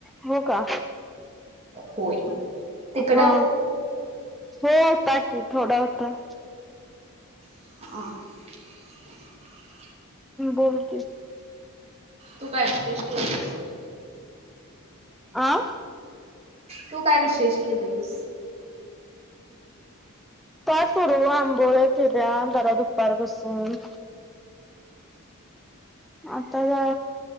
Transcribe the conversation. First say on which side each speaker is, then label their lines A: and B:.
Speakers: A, in the centre; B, on the right (about 30°).
A: हो का?
B: होय. तिकडं
A: हा होता की थोडा होता.
B: <inaudible>
A: बोल की
B: तू काय विशेष केलयस?
A: आअ
B: तू काय विशेष केलंईस?
A: फार सरू आंबोळ केल्या जरा दुपार बसून आताला